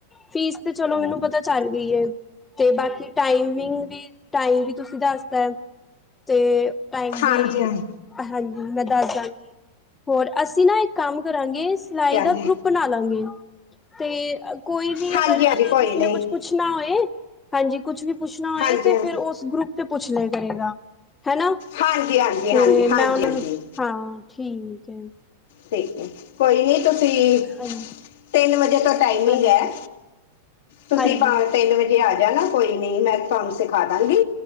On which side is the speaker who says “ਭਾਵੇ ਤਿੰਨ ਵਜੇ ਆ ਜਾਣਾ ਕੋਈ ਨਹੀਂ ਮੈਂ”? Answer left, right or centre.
Left